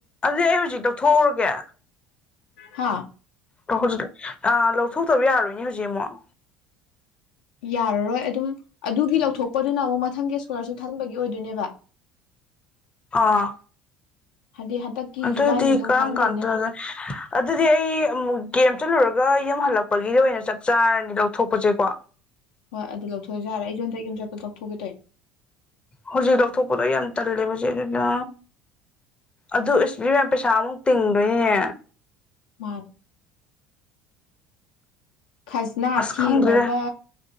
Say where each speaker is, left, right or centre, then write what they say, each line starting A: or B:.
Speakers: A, on the left; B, on the left.
A: ꯑꯗꯨ ꯑꯩ ꯍꯧꯖꯤꯛ ꯂꯧꯊꯣꯛꯎꯔꯒꯦ
B: ꯍꯥꯥ
A: ꯑꯣ ꯍꯧꯖꯤꯛ ꯂꯧꯊꯣꯛꯇꯕ ꯌꯥꯔꯣꯏꯅꯦ ꯍꯧꯖꯤꯛ ꯑꯃꯨꯛ
B: ꯌꯥꯔꯔꯣꯏ ꯑꯗꯨꯝ ꯑꯗꯨꯒꯤ ꯂꯧꯊꯣꯛꯄꯗꯨꯅ ꯑꯃꯨꯛ ꯃꯊꯪꯒꯤ ꯏꯁꯀꯣꯂꯥꯔꯁꯤꯞ ꯊꯟꯕꯒꯤ ꯑꯣꯏꯗꯣꯏꯅꯦꯕ
A: ꯑꯥ
B: ꯍꯥꯏꯗꯤ ꯍꯟꯗꯛꯀꯤ
A: ꯑꯗꯨꯗꯤ
B: ꯖꯨꯂꯥꯏꯒꯤꯁꯤꯗ ꯑꯃꯨꯛ
A: ꯀꯔꯝ
B: ꯊꯥꯖꯤꯟꯗꯣꯏꯅꯤꯅ
A: ꯀꯥꯟꯗꯅ ꯑꯗꯨꯗꯤ ꯑꯩ ꯑꯃꯨꯛ ꯒꯦꯝ ꯆꯠꯂꯨꯔꯒ ꯌꯥꯝ ꯍꯜꯂꯛꯄꯒꯤ ꯑꯣꯏꯅ ꯆꯞ ꯆꯥꯔꯅꯤ ꯂꯧꯊꯣꯛꯄꯁꯦꯀꯣ
B: ꯍꯣꯏ ꯑꯗꯨ ꯂꯧꯊꯣꯛꯑꯦ ꯌꯥꯔꯦ ꯑꯩꯁꯨ ꯍꯟꯗꯛ ꯌꯨꯝ ꯆꯠꯄ ꯂꯧꯊꯣꯛꯈꯤꯦ ꯇꯣꯏꯅꯦ
A: ꯍꯧꯖꯤꯛ ꯂꯧꯊꯣꯛꯄꯗꯣ ꯌꯥꯝ ꯇꯜꯂꯦꯕꯖꯤꯦ ꯑꯗꯨꯅ ꯑꯗꯨ ꯑꯦꯁꯕꯤ ꯃꯌꯥꯝ ꯄꯩꯁꯥꯃꯨꯛ ꯇꯤꯡꯗꯣꯏꯅꯤꯅꯦ
B: ꯃꯥ ꯈꯖꯅꯥ
A: ꯑꯁ ꯈꯪꯗ꯭ꯔꯦ
B: ꯊꯤꯔꯨꯔꯒ